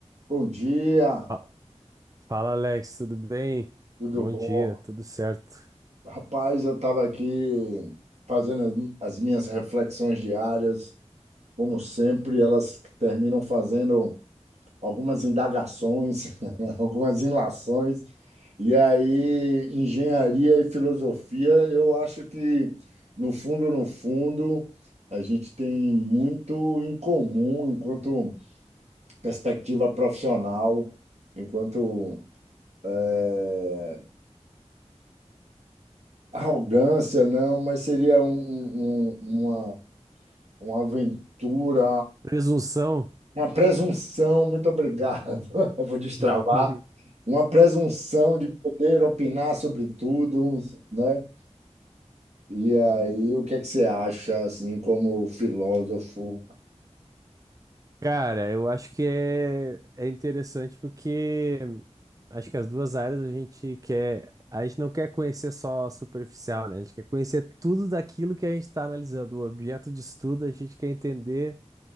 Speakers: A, on the right (about 70°); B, on the right (about 30°).
A: Bom dia,
B: Fa- Fala, Alex, tudo bem?
A: tudo
B: Bom
A: bom?
B: dia, tudo certo.
A: Rapaz, eu estava aqui fazendo as mi- as minhas reflexões diárias. Como sempre, elas terminam fazendo algumas indagações, <laughs> algumas ilações. E aí, engenharia e filosofia, eu acho que, no fundo, no fundo, a gente tem muito em comum enquanto perspectiva profissional, enquanto eh, Arrogância, não, mas seria um- um- um- uma, uma aventura,
B: Presunção?
A: uma presunção. Muito obrigado. <laughs> Eu vou destravar.
B: <laughs>
A: Uma presunção de poder opinar sobre tudo, né? E aí, o que é que você acha, assim, como filósofo?
B: Cara, eu acho que é, é interessante porque acho que as duas áreas a gente quer, a gente não quer conhecer só a superficial, né? A gente quer conhecer tudo daquilo que a gente está analisando, o objeto de estudo, a gente quer entender.